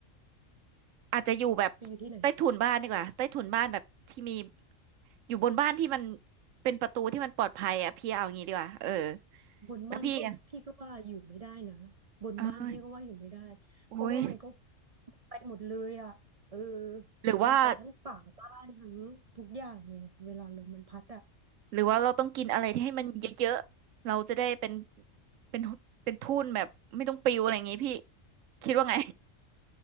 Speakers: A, on the right; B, on the right.
A: อาจจะอยู่แบบใต้ถุนบ้านดีกว่าใต้ถุนบ้านแบบที่มี
B: ไปอยู่ที่ไหน
A: อยู่บนบ้านที่มัน เป็นประตูที่มันปลอดภัยอ่ะพี่เอาอย่างงี้ดีกว่าเออ
B: บนบ้านก็พี่ก็ว่าอยู่ไม่ได้นะบนบ้านพี่ก็ว่าอยู่ไม่ได้
A: แล้วพี่อะเอออุ้ย
B: เพราะว่ามันก็ไปหมดเลยอ่ะเออ
A: หรือว่า
B: มันไปทั้งฝาบ้านทั้งทุกอย่างไงเวลาลมมันพัดอ่ะ
A: หรือว่าเราต้องกินอะไรที่ให้มันเยอะๆเราจะได้เป็น
B: อืม
A: เป็นเป็นทุ่นแบบไม่ต้องปิวอะไรอย่างงี้พี่ คิดว่าไง